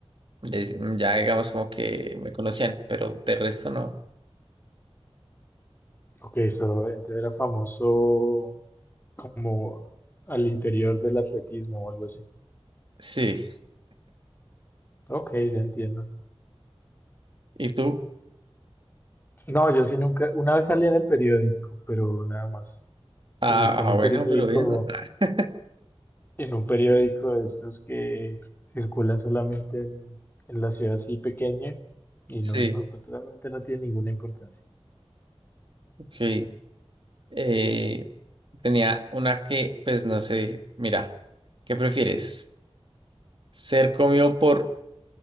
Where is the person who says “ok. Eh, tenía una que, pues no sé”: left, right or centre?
Right